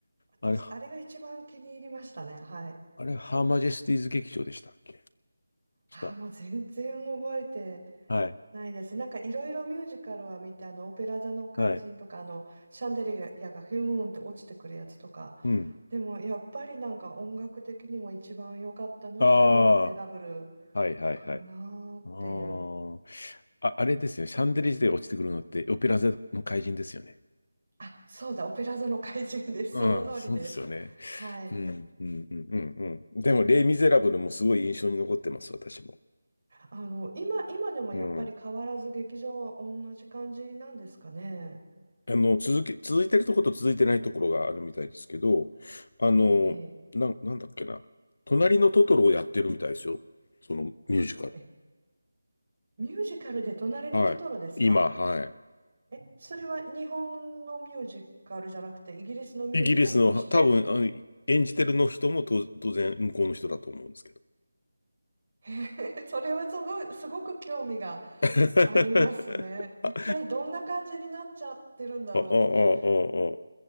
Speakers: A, on the right; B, on the left.
A: 私、
B: あれ、
A: あれが一番気に入りましたね。はい。
B: あれ、ハーマジェスティーズ劇場でしたっけ
A: ああ、
B: 確
A: もう全然覚えて
B: か。はい。
A: ないです。なんかいろいろミュージカルは見て、あの、オペラ座の怪人とか、
B: はい。
A: あの、シャンデリアがヒューンって落ちてくるやつとか。
B: うん。
A: でもやっぱりなんか音楽的にも一番良かったのは、
B: あ
A: レ・ミゼラブル
B: あ、はいはいはい。
A: かなーっていう。
B: あーあ、あれですよね。シャンデリアで落ちてくるのって、オペラ座の怪人ですよね。
A: あ、そうだ、オペラ座の怪人です。
B: うん、
A: その通りです。
B: そうですよね。
A: はい。
B: うん、うん、うん、うん。うんでも、レイ・ミゼラブルもすごい印象に残ってます、私も。
A: あの、今、今でもやっぱり変わらず劇場は同じ感じなんですかね。
B: うんあの、続け、続いてるところと続いてないところがあるみたいですけど、あの、
A: ええ、ええ。
B: な、なんだっけな。隣のトトロをやってるみたいですよ。そのミュージカル。
A: はえ、ミュージカルで隣のトトロですか
B: はい。今、はい。
A: え、それは日本のミュージカルじゃなくて、イギリスのミュージカルとして、
B: イギリスの、多分、あの、演じてるの人もと当然向こうの人だと思うんですけど。
A: <laughs> それはすごい、すごく興味が
B: <laughs>
A: ありますね。
B: あ、
A: 一体どんな感じになっちゃってるんだろうっていう、
B: あ、あ、あ、ああ、